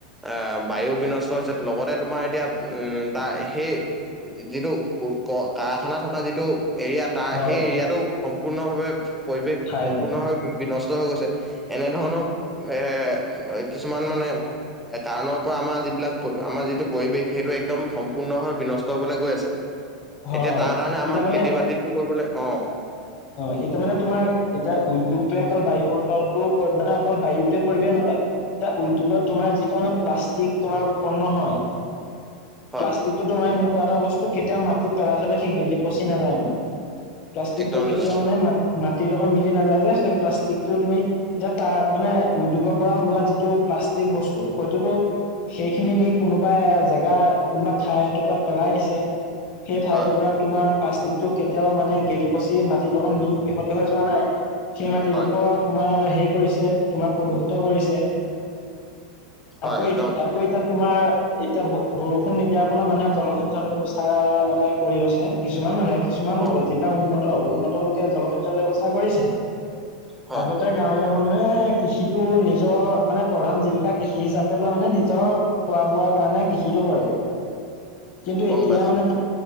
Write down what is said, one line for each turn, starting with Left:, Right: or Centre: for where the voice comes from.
Centre: আহ বায়ু বিনষ্ট হৈছে। লগতে তোমাৰ এতিয়া তাৰ সেই যিটো উ কাৰখানা থকা যিটো এৰিয়াত তাৰ
Left: হয়
Centre: সেই এৰিয়াটো সম্পূৰ্ণভাৱে পৰিৱেশ
Left: হয়
Centre: সম্পূৰ্ণভাৱে বিনষ্ট হৈ গৈছে। এনেধৰণৰ এৰ কিছুমান মানে এ কাৰণৰ পৰা আমাৰ যিবিলাক আমাৰ যিটো পৰিৱেশ সেইটো একদম সম্পূৰ্ণভাৱে বিনষ্ট হবলৈ গৈ আছে
Left: <unintelligible>
Centre: এতিয়া তাৰ কাৰণে আমাৰ
Left: এতিয়া মানে
Centre: খেতি বাতি বোৰ কৰিবলৈ অ'।
Left: অ এতিয়া মানে তোমাৰ এতিয়া উদ্যোগটোৱে অকল বায়ুমণ্ডলটো মানে অকল বায়ুটোৱ পৰিব নহয়। এতিয়া উদ্যোগত তোমাৰ যিটো মানে প্লাষ্টিক তোমাৰ উৎপন্ন হয়
Centre: হয়
Left: প্লাষ্টিকটো তোমাৰ এনেকুৱা এটা বস্তু কেতিয়াও মাটিত পেলাই থলে সি গেলি পচি নাযায় মানে প্লাষ্টিকটো
Centre: একদম
Left: কেতিয়াও
Centre: নাযায়
Left: মানে, মা মাটিৰ লগত মিলি নাযায় যে সেই প্লাষ্টিকটো তুমি এতিয়া তাৰ, মানে উদ্যোগৰ পৰা ওলোৱা যিটো প্লাষ্টিক বস্তু হয়টোতো সেইখিনি নি কোনোবাই এ জেগা কোনোবা ঠাই এটুকুৰাত পেলাই দিছে। সেই ঠাই
Centre: হয়
Left: টুকুৰাত তোমাৰ প্লাষ্টিক টো কেতিয়াও মানে গেলি পচি মাটিৰ লগত মি মিহলি হৈ যোৱা নাই সেই মাটিডোখৰত
Centre: হয়
Left: তোমাৰ হেৰি কৰিছে তোমাৰ প্ৰদূষিত কৰিছে
Centre: হয়
Left: আকৌ
Centre: একদম
Left: আকৌ এতিয়া তোমাৰ এতিয়া ব বৰষুণ নিদিয়াৰ ফলত মানুহে জলসিঞ্চন ব্যৱস্থা মানে কৰি লৈছে কিছুমান মানুহে, কিছুমান লোকে
Centre: অ
Left: যিবিলাক উন্নত উন্নত লোকে জলসিঞ্চনৰ ব্যৱস্থা কৰিছে।
Centre: হয়
Left: আগতে গাঁৱলীয়া মানুহে কৃষিতটো নিজৰ মানে প্ৰধান জীৱিকা কৃষি হিচাপে লৈ মানে নিজৰ খোৱা, বোৱাৰ কাৰণে কৃষিতটো কৰে। কিন্তু
Centre: গম
Left: এতিয়া
Centre: পাইছো
Left: মানে,